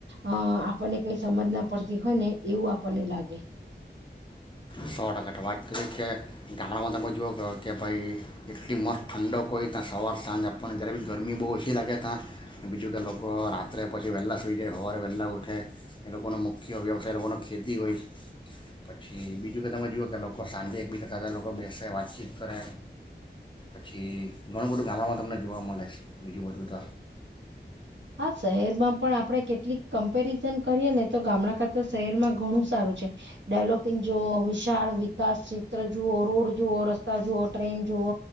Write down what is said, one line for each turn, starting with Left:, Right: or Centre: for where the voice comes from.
Right: અ આપણને કઈ સમજ ના પડતી હોય ને એવું આપણને લાગે
Left: સો ટકા તો વાત કરી કે ગામડામાં તમે જોવ કહ કે ભાઈ એટલી મસ્ત ઠંડક કોઈ ત્યાં સવાર સાંજ પણ જ્યારે બી ગરમી બહુ ઓછી લાગે ત્યાં બીજું કે લોકો રાત્રે પછી વહેલાં સુઈ જાય સવારે વહેલાં ઉઠે એ લોકોનો મુખ્ય વ્યવસાય લોકોને ખેતી હોય પછી બીજું કે તમે જુઓ કે લોકો સાંજે એકબીજા સાથે લોકો બેસે વાતચીત કરે પછી ઘણું બધું ગામડામાં તમને જોવા મળે છે બીજું બધું ત
Right: હા શહેરમાં પણ આપણે કેટલીક કમ્પેરિઝન કરીએ ને તો ગામડા કરતા શહેરમાં ઘણું સારું છે ડેવલોપિંગ જુઓ વિશાળ વિકાસ ક્ષેત્ર જુઓ રોડ જુવઓ રસ્તા જુઓ ટ્રેન જુઓ